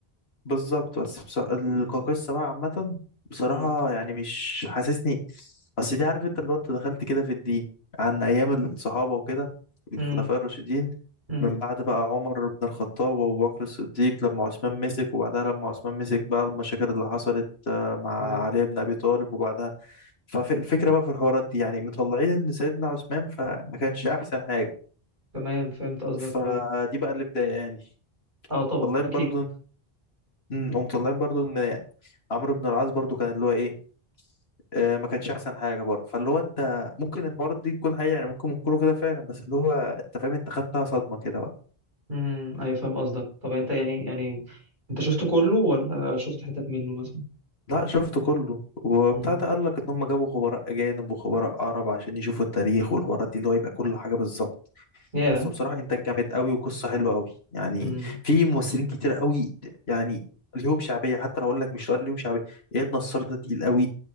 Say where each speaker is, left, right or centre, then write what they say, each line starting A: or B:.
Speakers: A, on the left (about 80°); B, on the right (about 50°).
A: بالظبط بس بصراحة القاقصة بقى عامة بصراحة
B: امم
A: يعني مش حاسسني أصل دي عارف أنت لو أنت دخلت كده في الدين عن أيام الصحابة وكده الخلفاء
B: امم
A: الراشدين
B: امم
A: من بعد بقى عمر بن الخطاب وأبو بكر الصديق لما عثمان مسك وبعدها لما عثمان مسك بقى المشاكل اللي حصلت آه، مع
B: تمام
A: علي بن أبي طالب وبعدها فالفكرة بقى في الحوارات دي يعني مطلعين إن سيدنا عثمان فما كانش أحسن حاجة
B: تمام فهمت قصدك
A: فدي
B: اه
A: بقى اللي بداية يعني
B: اه طبعا
A: طالعين
B: اكيد
A: برضو أمم، هم طالعين برضو ان عمرو بن العاص برضو كان اللي هو ايه آه ما كانش احسن حاجه برضه فاللي هو انت ممكن الحوارات دي تكون حقيقه يعني ممكن يكونوا كده فعلا بس اللي هو انت فاهم انت خدتها صدمه كده بقى
B: امم ايوه فاهم قصدك طب انت يعني يعني انت شفت كله ولا شفت حتت منه مثلا
A: لا شفته كله وبتاع
B: امم
A: ده قال لك ان هم جابوا خبراء اجانب وخبراء عرب عشان يشوفوا التاريخ والحوارات دي اللي هو يبقى كل حاجه بالظبط
B: يا
A: بس هو بصراحه انتاج جامد قوي وقصه حلوه قوي يعني
B: امم
A: في ممثلين كتير قوي يعني ليهم شعبيه حتى لو اقول لك مش هقول ليهم شعبيه اياد نصار ده تقيل قوي